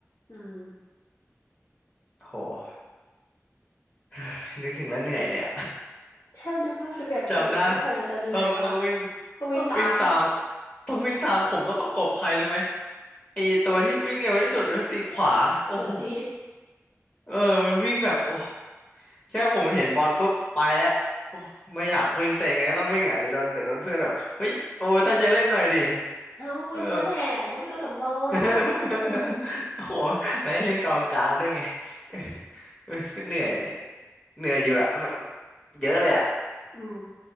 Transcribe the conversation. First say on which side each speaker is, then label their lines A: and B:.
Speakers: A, on the left; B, on the left.
A: อืม
B: โห <sighs> นึกถึงแล้วเหนื่อยเลยอะ
A: แค่นึกว่าสิบเอ็ดศูนย์ก็คงจะเหนื่อยมาก
B: <laughs> จำได้ ต้องต้องวิ่ง
A: ต้องวิ่งตาม
B: ต้องวิ่งตามต้องวิ่งตามผมต้องประกบใครรู้ไหมไอตัวที่วิ่งเร็วที่สุดคือปีกขวาโอ้โห
A: <laughs> ตัวจี๊ด
B: เออมันวิ่งแบบโอ้แค่ผมเห็นบอลปุ๊บไปแล้วโอ้ไม่อยากวิ่งแต่ยังไงก็ต้องวิ่งอ่ะ เดี๋ยวโดนเดี๋ยวโดนเพื่อนแบบเฮ้ยโอ้ยตั้งใจเล่นหน่อยดิ
A: เอาเป็นตัวแถมมันเป็นตัวสำรองอ่ะ
B: เออ <laughs> โอ้โหไปเล่นกองกลางด้วยไง <laughs> เออก็เหนื่อย เหนื่อยอยู่อะเยอะเลยอะ
A: <laughs> อืม